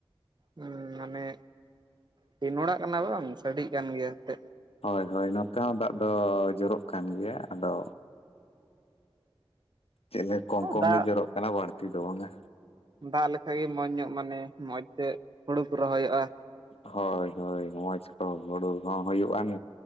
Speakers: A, on the right (about 50°); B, on the left (about 85°).
A: ᱦᱩᱸ, ᱢᱟᱱᱮ ᱠᱤᱱ ᱚᱲᱟᱜ ᱠᱟᱱᱟ ᱵᱟᱝ ᱥᱟᱰᱮ ᱠᱟᱱ ᱜᱮᱭᱟ ᱮᱱᱛᱮ᱾
B: ᱦᱚᱭ ᱦᱚᱭ, ᱱᱚᱛᱮ ᱦᱚᱸ ᱫᱟᱜ ᱫᱚ ᱡᱚᱨᱚᱜ ᱠᱟᱱ ᱜᱮᱭᱟ᱾ ᱟᱫᱚ ᱪᱮᱫ ᱞᱮ ᱠᱚᱢ ᱠᱚᱢ
A: ᱫᱟᱜ
B: ᱜᱮ ᱡᱚᱨᱚᱜ ᱠᱟᱱᱟ ᱵᱟᱹᱲᱛᱤ ᱵᱟᱝ-ᱟ᱾
A: ᱫᱟᱜ ᱞᱮᱠᱟᱡ ᱜᱮ ᱢᱚᱸᱡᱽ ᱧᱚᱜ ᱢᱟᱱᱮ ᱢᱚᱸᱡᱽ ᱛᱮ ᱦᱩᱲᱩ ᱠᱚ ᱨᱚᱦᱚᱭᱚᱜ-ᱟ᱾
B: ᱦᱳᱭ ᱦᱳᱭ, ᱢᱚᱸᱡᱽ ᱠᱚ ᱦᱩᱲᱩ ᱦᱚᱸ ᱦᱩᱭᱩᱜ-ᱟᱱ